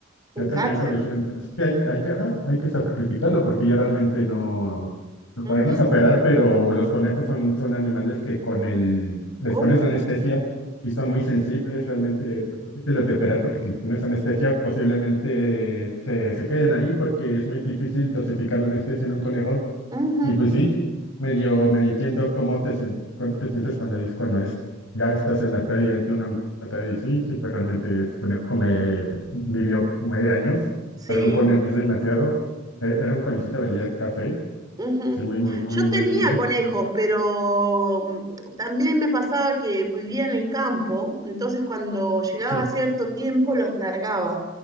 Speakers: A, on the right (about 20°); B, on the left (about 85°).
A: un
B: Yo también
A: cáncer.
B: cuando me dijeron, pues es que hay, hay que, ajá, hay que sacrificarlo porque ya realmente no lo podemos
A: Ujú,
B: operar, pero los conejos son, son animales que con el, les
A: ¿cómo?
B: pones la anestesia y son muy sensibles, realmente son difíciles de operar porque si les pones anestesia posiblemente se, se queden ahí porque es muy difícil dosificar la anestesia en un conejo
A: Ujú,
B: y pues sí, medio, medio entiendo cómo te sien- cuándo te sientes cuando dices cuando es, ya estás en la pérdida de una mata y sí, sí, pues realmente ese conejo me vivió nueve años,
A: sí,
B: para un conejo es demasiado, E- era un conejito belier café,
A: ujú.
B: sí, muy, muy, muy,
A: Yo
B: muy
A: tenía
B: lindo,
A: conejos, pero mm, también me pasaba que vivía en el campo, entonces cuando llegaba
B: sí,
A: cierto tiempo los largaba